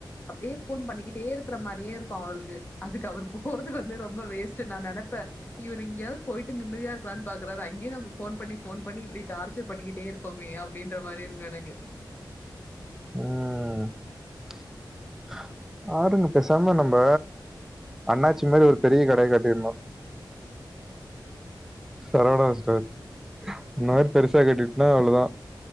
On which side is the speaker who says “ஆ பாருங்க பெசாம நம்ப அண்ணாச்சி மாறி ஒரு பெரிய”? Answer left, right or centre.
Centre